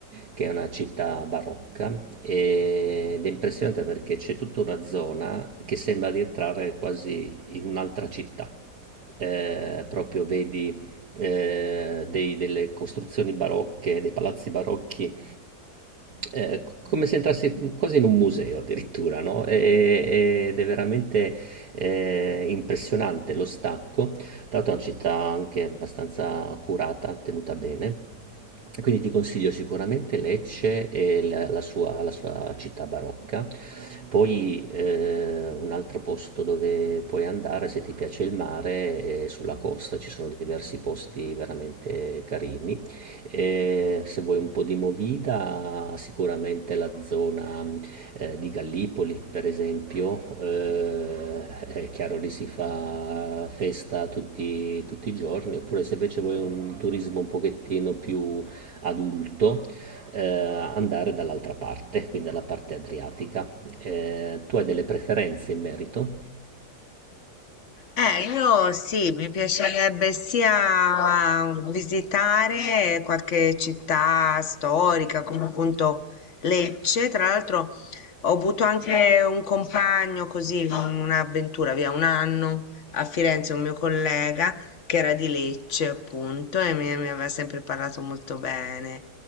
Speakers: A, on the right (about 65°); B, on the left (about 50°).
A: che è una città barocca ed è impressionante perché c'è tutta una zona che sembra di entrare quasi in un'altra città. Eh, proprio vedi eh, dei- delle costruzioni barocche, dei palazzi barocchi eh, c- come se entrasse quasi in un museo addirittura, no? E- ed è veramente eh, impressionante lo stacco. Tra l'altro è una città anche abbastanza curata, tenuta bene. Quindi ti consiglio sicuramente Lecce e la, la sua, la sua città barocca. Poi eh, un altro posto dove puoi andare, se ti piace il mare, è sulla costa ci sono diversi posti veramente carini. E se vuoi un po' di movida, sicuramente la zona eh, di Gallipoli, per esempio, eh, è chiaro lì si fa festa tutti, tutti i giorni, oppure se invece vuoi un turismo un pochettino più adulto, eh, andare dall'altra parte, quindi dalla parte adriatica. Eh, tu hai delle preferenze in merito?
B: Eh, io sì, mi piacerebbe sia visitare qualche città storica, come appunto Lecce. Tra l'altro ho avuto anche un compagno così, un'avventura via un anno a Firenze, un mio collega che era di Lecce appunto e mi, mi aveva sempre parlato molto bene